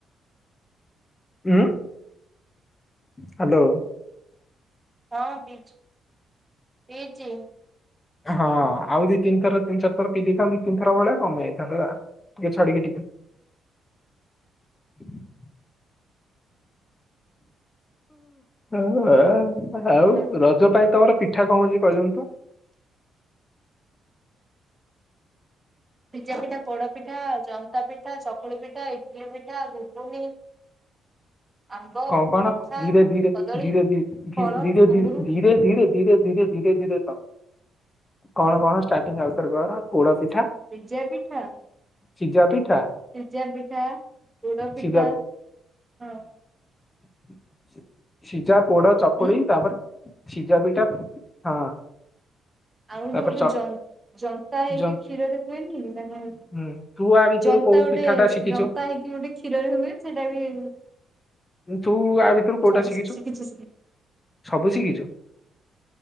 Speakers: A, on the left; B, on the right.
A: ଉଁ। ହାଲୋ।
B: ହଁ ପିଇଚି ପିଇଚି।
A: ହଁ ଆଉ ଦି ତିନିଥର ତିନି ଚାର ଥର ପିଇ ଦେଇଥାନ୍ତୁ, ଦି ତିି ଥର ଭଳିଆ କମେଇ ଯାଇଥାନ୍ତତା ଟିକେ ଛଡିକି ଟିକେ। <inaudible> ହଁ ହ।
B: ପିଇଦବା।
A: ଆଉ ରଜ ପାଇଁ ତମର ପିଠା କଣ ଅଛି କହିଲୁନି ତ।
B: ପିଜା ପିଠା ପୋଡ ପିଠା ଜନ୍ତା ପିଠା ଚକୁଳି ପିଠା ଇଟଲି ପିଠା ଘୁଗୁନି। ଆମ୍ବ,
A: କଣ କଣ
B: ମିଠା,
A: ଧୀରେ ଧୀରେ
B: କଦଳୀ,
A: ଧୀରେ ଧୀରେ
B: ଫଳ,
A: ଧ
B: ଅଙ୍ଗୁରୁ,
A: ଧୀରେ ଧୀ ଧୀରେ ଧୀରେ ଧୀରେ। ଧୀରେ ଧୀରେ ଧୀରେ ତ କଣ କଣ ଷ୍ଟାର୍ଟିଂ ଅବସର କର ପୋଡ ପଠା
B: ପିଜା ପିଠା
A: ସିଝା ପିଠା
B: ସିଜା ପିଠା ପୁଡ ପିଠା
A: ସିଝା
B: ହଁ।
A: <unintelligible> ଯା ପୋଡ ଚକୁଳି
B: ଉଁ
A: ତାପରେ ସିଝା ପିଠା ହଁ
B: ଆଉ
A: ତାପରେ
B: ବି ଗୋଟେ
A: ଚ
B: ଜ ଜନ୍ତା ହେଇକି
A: ଯ
B: କ୍ଷୀରରେ ଖୁଏନି। ମାନେ
A: ହୁଁ ତୁ ଆ ଭିତରୁ
B: ଜନ୍ତା
A: କୋଉ
B: ଗୋଟେ
A: ପିଠା ଟା ଶିଖିଛୁ
B: ଜନ୍ତା ହେଇକି ଗୋଟେ କ୍ଷୀରରେ ହୁଏ। ସେଟା ବି
A: ତୁ ଆ ଭିତରୁ କୋଉଟା
B: ସବୁ
A: ଶିଖିଛୁ
B: ଶିଖିଛି।
A: ସବୁ ଶିଖିଛୁ?